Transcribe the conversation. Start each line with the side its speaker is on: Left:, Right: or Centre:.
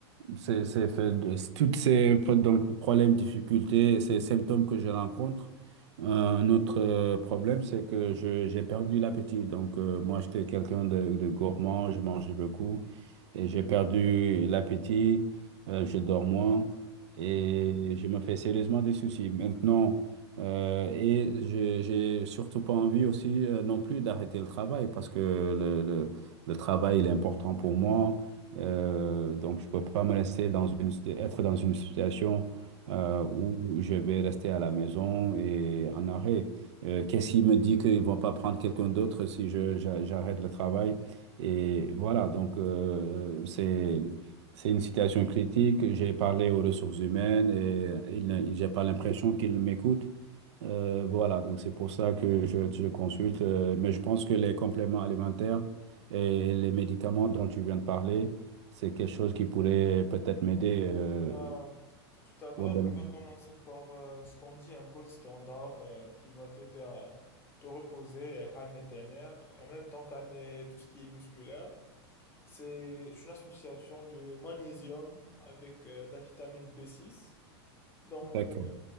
Right: C'est, c'est fait de- c'est- toutes ces pro- donc, problèmes, difficultés, ces symptômes que je rencontre. Euh, Un autre euh, problème, c'est que je, j'ai perdu l'appétit. Donc, euh, moi, j'étais quelqu'un de, de gourmand, je mangeais beaucoup et j'ai perdu l'appétit, euh, je dors moins et
Left: D'accord.
Right: je me fais sérieusement des soucis. Maintenant, euh, et je- j'ai surtout pas envie aussi euh, non plus d'arrêter le travail parce que le, le- le travail il est important pour moi. Euh, donc, je peux pas me laisser dans une, être dans une situation euh,
Left: Ouais.
Right: où je vais rester à la maison et en arrêt. Euh, qu'est-ce qui me dit qu'ils vont pas prendre quelqu'un d'autre si je, j'a- j'arrête le travail? Et voilà, donc euh, c'est c'est une situation critique. J'ai parlé aux ressources humaines et ils ne- ils- j'ai pas l'impression qu'ils m'écoutent. Euh, voilà, donc c'est pour ça que je, je consulte. euh, mais je pense que les compléments alimentaires et les médicaments dont tu viens de parler, c'est quelque chose qui pourrait peut-être m'aider euh,
Left: Ben, tout d'abord,
Right: pour demain.
Left: on va commencer par euh, ce qu'on dit un gold standard euh, qui va t'aider à te reposer et à calmer tes nerfs, et en même temps calmer tout ce qui est musculaire. C'est une association de magnésium avec euh, de la vitamine B6. Donc,
Right: D'accord,
Left: euh,